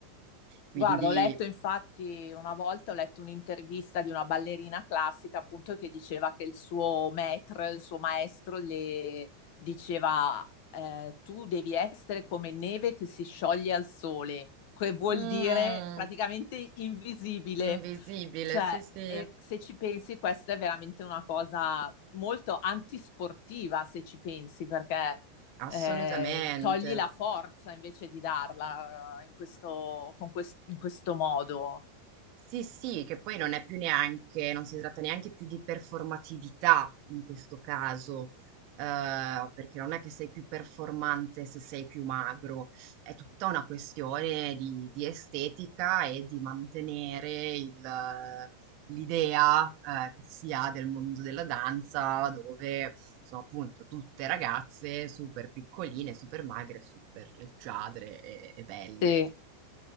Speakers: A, on the right; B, on the left.
A: quindi
B: Guarda, ho letto infatti una volta, ho letto un'intervista di una ballerina classica appunto che diceva che il suo maître, il suo maestro le diceva eh, tu devi essere come neve che si scioglie al sole, che vuol
A: Mm,
B: dire praticamente invisibile.
A: invisibile,
B: Cioè,
A: sì, sì,
B: e se ci pensi, questa è veramente una cosa molto antisportiva, se ci pensi, perché
A: assolutamente.
B: eh, togli la forza invece di darla eh, in questo, con quest- in questo modo.
A: Sì, sì, che poi non è più neanche, non si tratta neanche più di performatività in questo caso, eh, perché non è che sei più performante se sei più magro, è tutta una questione di, di estetica e di mantenere il, eh, l'idea, eh, che si ha del mondo della danza, dove sono appunto tutte ragazze super piccoline, super magre, super leggiadre e, e belle.
B: Sì.